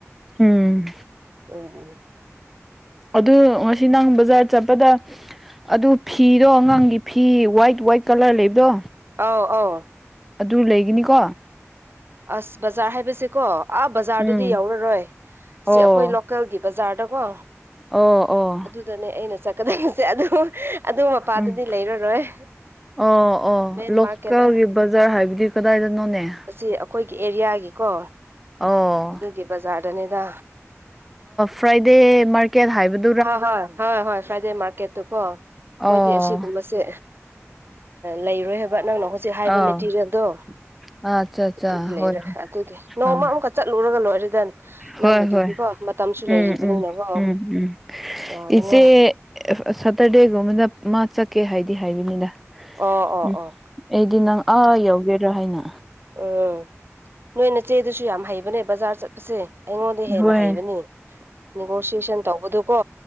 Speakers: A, in the centre; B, on the right (about 50°).
A: ꯎꯝ
B: ꯎꯝ ꯎꯝ
A: ꯑꯗꯨ ꯉꯁꯤ ꯅꯪ ꯕꯖꯥꯔ ꯆꯠꯄꯗ ꯑꯗꯨ ꯐꯤꯗꯣ ꯑꯉꯥꯡꯒꯤ ꯐꯤ ꯋꯥꯏꯠ ꯋꯥꯏꯠ ꯀꯂꯔ ꯂꯩꯕꯗꯣ
B: ꯑꯥꯎ ꯑꯥꯎ
A: ꯑꯗꯨ ꯂꯩꯒꯅꯤꯀꯣ
B: ꯑꯁ ꯕꯖꯥꯔ ꯍꯥꯏꯕꯁꯤꯀꯣ ꯑꯥ ꯕꯖꯥꯔꯗꯗꯤ
A: ꯎꯝ
B: ꯌꯥꯎꯔꯔꯣꯏ
A: ꯑꯣ
B: ꯁꯤ ꯑꯩꯈꯣꯏ <unintelligible> <unintelligible> ꯀꯣ
A: ꯑꯣ ꯑꯣ
B: ꯑꯗꯨꯅꯦ ꯑꯩꯅ ꯆꯠꯀꯗꯕꯁꯦ ꯑꯗꯨ ꯑꯗꯨ ꯃꯄꯥꯗꯨꯗꯤ
A: ꯎꯝ
B: ꯂꯩꯔꯔꯣꯏ
A: ꯑꯣ ꯑꯣ
B: ꯃꯦꯟ
A: ꯂꯣꯀꯦꯜꯒꯤ
B: ꯃꯥꯔꯀꯦꯅ
A: ꯕꯖꯥꯔ ꯍꯥꯏꯕꯗꯤ ꯀꯗꯥꯏꯗꯅꯣꯅꯦ
B: ꯑꯁꯤ ꯑꯩꯈꯣꯏꯒꯤ ꯑꯦꯔꯤꯌꯥꯒꯤꯀꯣ
A: ꯑꯣ
B: ꯑꯗꯨꯒꯤ ꯕꯖꯥꯔꯗꯅꯤꯗ
A: ꯐ꯭ꯔꯥꯏꯗꯦ ꯃꯥꯔꯀꯦꯠ ꯍꯥꯏꯕꯗ
B: ꯍꯣꯏ ꯍꯣꯏ ꯍꯣꯏ ꯍꯣꯏ ꯐ꯭ꯔꯥꯏꯗꯦ ꯃꯥꯔꯀꯦꯠꯇꯨ ꯀꯣ
A: ꯑꯣ
B: ꯃꯣꯏꯗꯤ ꯑꯁꯤꯒꯨꯝꯕ ꯁꯦ ꯂꯩꯔꯣꯏ ꯍꯥꯏꯕ ꯅꯪꯅ ꯍꯧꯖꯤꯛ ꯍꯥꯏꯕ
A: ꯑꯥꯎ
B: ꯃꯦꯇꯤꯔꯤꯌꯦꯜꯗꯣ <unintelligible>
A: ꯑꯠꯆꯥ ꯑꯠꯆꯥ
B: ꯑꯗꯨꯗꯤ ꯂꯩꯔꯦ
A: ꯍꯣꯏ
B: ꯑꯗꯨꯒꯤ ꯅꯣꯡꯃ
A: ꯑꯥ
B: ꯑꯃꯨꯛꯀ ꯆꯠꯂꯨꯔꯒ ꯂꯣꯏꯔꯦꯗ ꯅꯪꯒꯤꯗꯨꯗꯤꯀꯣ
A: ꯍꯣꯏ ꯍꯣꯏ
B: ꯃꯇꯝꯁꯨ
A: ꯎꯝ
B: ꯂꯩꯔꯤꯕꯅꯤꯅꯀꯣ
A: ꯎꯝ ꯎꯝ ꯎꯝ
B: ꯌꯥꯒꯅꯤ
A: ꯏꯆꯦ ꯁꯇꯔꯗꯦꯒꯨꯝꯕꯗ ꯃꯥ ꯆꯠꯀꯦ ꯍꯥꯏꯗꯤ ꯍꯥꯏꯕꯅꯤꯗ
B: ꯑꯣ ꯑꯣ
A: ꯎꯝ
B: ꯑꯣ
A: ꯑꯩꯗꯤ ꯅꯪ ꯑꯥ ꯌꯎꯒꯦꯔꯥ ꯍꯥꯏꯅ
B: ꯑꯣ ꯅꯣꯏ ꯅꯆꯦꯗꯨꯁꯨ ꯌꯥꯝ ꯍꯩꯕꯅꯦ ꯕꯖꯥꯔ ꯆꯠꯄꯁꯦ ꯑꯩꯉꯣꯟꯗꯩ ꯍꯦꯟꯅ
A: ꯍꯣꯏ
B: ꯍꯩꯕꯅꯤ ꯅꯦꯒꯣꯁꯤꯌꯦꯁꯟ ꯇꯧꯕꯗꯨꯀꯣ